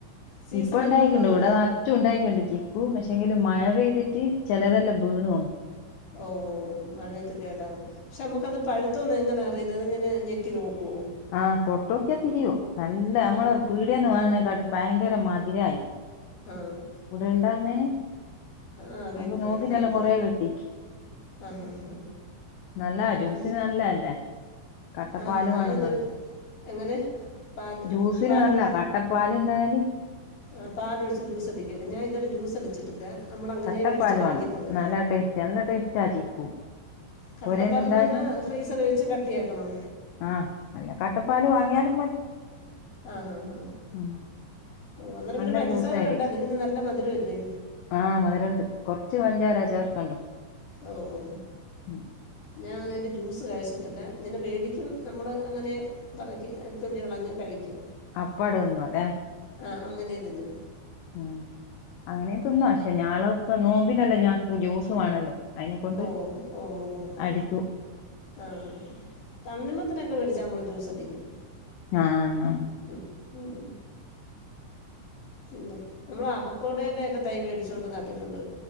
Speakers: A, on the left (about 50°); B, on the left (about 70°).
A: സീസൺ
B: ഇപ്പൊ ഇണ്ടായിക്ക്ണ്ട്ഇവിടെ
A: ആകുമ്പം നമ്മൾ
B: ച്ചും ഉണ്ടായിക്കുണ്ട് ചിക്കു പക്ഷെങ്കിലും മഴ പെയ്തിട്ട് ചിലതെല്ലാം ബീണ് ഓണ്
A: ഓഹഓഓ മഴത്ത് കേടാവും പക്ഷെ നമുക്കത് പഴുത്തമന്ന് എങ്ങനാ അറിയുന്നത് അതങ്ങനെ ഞെക്കി നോക്കോ
B: ആ തൊട്ടോക്കിയാ തിരിയും നല്ല നമ്മള
A: ആ
B: പീട്യേന്ന് വാങ്ങുന്നേക്കട്ടിലും ഭയങ്കര മധുരയിന്
A: ആഹ്
B: ഇവിടെ ഇണ്ടാവുന്നേന്
A: ആ വീട്ടിൽ
B: അപ്പൊ നോമ്പിനല്ല
A: ഉണ്ടാകുന്നത്
B: കൊറേ കിട്ടി
A: ആ ഹാ ഹാ
B: നല്ല ജ്യൂസിന്
A: എനിക്ക്
B: നല്ല അല്ലേ കട്ടപ്പാല്
A: ആണോ ഞാൻ
B: വാണം
A: ഇതൊരു
B: ന്നാണ്
A: എങ്ങനെ പാല്
B: ജ്യൂസിന്
A: പാൽ
B: നല്ല കട്ടപ്പാല് ണ്ടായാല്
A: ആ പാല് ഒഴിച്ച് ജ്യൂസ് അടിക്കല്ലേ ഞാൻ ഇതവരെ ജ്യൂസ്ടിച്ചിട്ടില്ല നമ്മളങ്ങനെ
B: കട്ടപ്പാല്
A: മേടിച്ച് കഴിക്കത്തൊള്ളു
B: വേണം നല്ല ടേസ്റ്റ് നല്ല ടെസ്റ്റാ ചിക്കു
A: കട്ടപ്പാല്
B: പൊരേന്ന് ഉണ്ടാകുന്നെ
A: ന്ന് പറഞ്ഞാ ഫ്രീസർ വെച്ച് കട്ടിയക്കണൊ
B: ആഹ് അല്ലെകട്ടപ്പാല് വാങ്ങ്യാലും മതി
A: ആ ഹാ ഹാ
B: ഉം
A: ഓ അന്ന്ട്ട്
B: നല്ല
A: പിന്നെ പഞ്ചസാര
B: ജ്യൂസായിരിക്കും
A: വേണ്ട ഇതിന് നല്ല മധുരംല്ലേ
B: ആഹ് മധുരണ്ട് കൊറച്ച് പഞ്ചാര ചേർക്കണ്ടോ
A: ഓ ഓ
B: ഉം
A: ഞാൻ അങ്ങനെ ഐന്റെജ്യൂസ് കഴിച്ചിട്ടില്ലങ്ങനെ മേടിക്കും നമ്മൾ അങ്ങനെ പറക്കി തൊലികളഞ്ഞ് കഴിക്കും
B: അപ്പട തിന്നു അല്ലേ
A: ആഹ് അങ്ങനെതിന്നും
B: ഉം അങ്ങനെ തിന്ന പക്ഷെ ഞളൊക്കെ നോമ്പിനന്നല്ലോ ഞങ്ങക്ക് ജ്യൂസ് വേണല്ലോ അയിനെ കൊണ്ട്
A: ഓ ഓ ഹോ ഹോ ഹോ
B: അടിക്കും
A: ആഹ് തണ്ണിമത്തിനൊക്കെ മേടിച്ചാൽ നമ്മൾ ജ്യൂസടിക്കും
B: ആഹ്
A: ഉം ഉം പിന്നെ നമ്മൾ അവക്കോടടെക്കെ തൈ മേടിച്ചോണ്ട് നട്ടിട്ടുണ്ട്